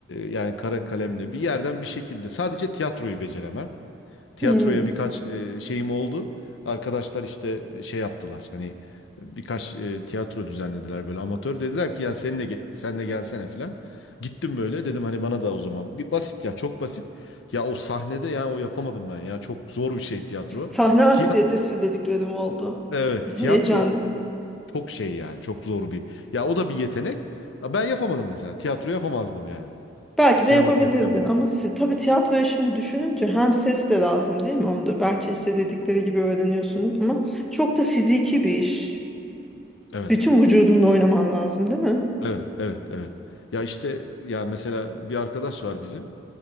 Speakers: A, on the left; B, in the centre.
A: yani kara kalemde bir yerden bir şekilde sadece tiyatroyu beceremem tiyatroya
B: Hmm.
A: birkaç e, şeyim oldu. Arkadaşlar işte e, şey yaptılar. Hani birkaç e, tiyatro düzenlediler böyle amatör. Dediler ki ya sen de ge- sen de gelsene filan. Gittim böyle dedim hani bana da o zaman bir basit ya çok basit. Ya o sahnede ya o yapamadım ben ya çok zor bir şey tiyatro.
B: Sahne anksiyetesi
A: Tiyat
B: dediklerim oldu.
A: evet
B: Heyecanlı.
A: tiyatro çok şey yani çok zor bir. Ya o da bir yetenek. Ya Ben yapamadım mesela. Tiyatro yapamazdım yani.
B: Belki
A: Sinema
B: de yapabilirdin
A: tiyatro yapamam.
B: ama si- tabii tiyatroya şimdi düşününce hem ses de lazım değil mi? Onu belki işte dedikleri gibi öğreniyorsunuz ama çok da fiziki bir iş.
A: Evet.
B: Bütün vücudunla oynaman lazım değil mi?
A: Evet, evet, evet. Ya işte ya mesela bir arkadaş var bizim.